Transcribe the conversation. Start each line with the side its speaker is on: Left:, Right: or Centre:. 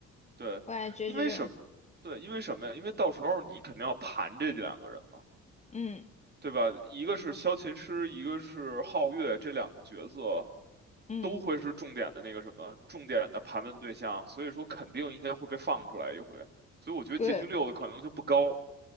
Right: 对，
Left: 我感觉结局六，
Right: 因为什么对，因为什么呀？因为到时候你肯定要盘这两个人。
Left: 嗯
Right: 对吧？一个是萧琴师，一个是皓月，这两个角色
Left: 嗯，
Right: 都会是重点的那个什么，重点的盘问对象，所以说肯定应该会被放出来一回。所以我觉得结局六的可能性不高。
Left: 对，